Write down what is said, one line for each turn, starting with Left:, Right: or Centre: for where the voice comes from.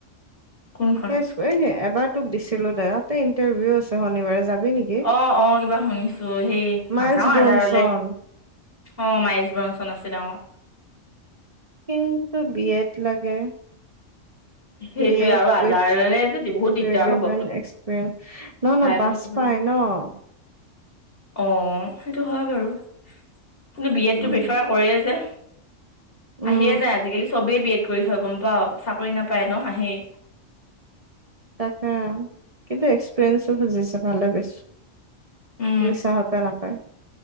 Left: কোনখন
Right: সেই এবাৰ তোক দিছিলো যে তাতে ইণ্টাৰভিউ আছে শনিবাৰে যাবি নেকি?
Left: অ'অ' কিবা শুনিছো সেই
Right: মাইলছ
Left: নাযাও
Right: ব্ৰনচন
Left: আজাৰালে। অ' মায়েশ ব্ৰচন আছিল ডাঙৰ
Right: কিন্তু বিয়েড লাগে।
Left: সেইটোয়ে
Right: বিয়েড
Left: আৰু আজাৰালে
Right: উইথ
Left: যে বহুত দিগদাৰ
Right: ৰিলিভেণ্ট
Left: হ'ব
Right: এক্সপে। ন
Left: চাই
Right: ন
Left: লৈ
Right: বাছ
Left: ক'ব
Right: পায়
Left: লাগিব।
Right: ন'
Left: অ' সেইটো হয় বাৰু কিন্তু বি এডটো
Right: উম
Left: প্ৰিফাৰ কৰে যে।
Right: উম
Left: আহিয়ে যায় আজিকালি চবেই বি এড কৰি থয় গম পাৱ চাকৰি নাপায় ন আহেই।
Right: তাকে কিন্তু এক্সপেৰিয়েঞ্চও খুজিছে ভালে পাইছোঁ।
Left: উম।
Right: লিছাহঁতে নাপায়।